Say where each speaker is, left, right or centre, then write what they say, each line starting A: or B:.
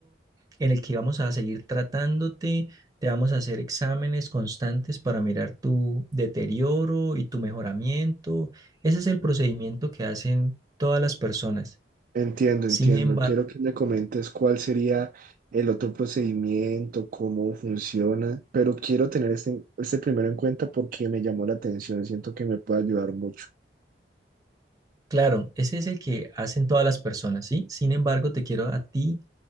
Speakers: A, on the right (about 20°); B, on the right (about 50°).
A: en el que vamos a seguir tratándote te vamos a hacer exámenes constantes para mirar tu deterioro y tu mejoramiento. Ese es el procedimiento que hacen todas las personas.
B: Entiendo,
A: Sin
B: entiendo.
A: embargo,
B: Quiero que me comentes cuál sería el otro procedimiento, cómo funciona, pero quiero tener este, este primero en cuenta porque me llamó la atención. Siento que me puede ayudar mucho.
A: claro, ese es el que hacen todas las personas, ¿sí? Sin embargo, te quiero a ti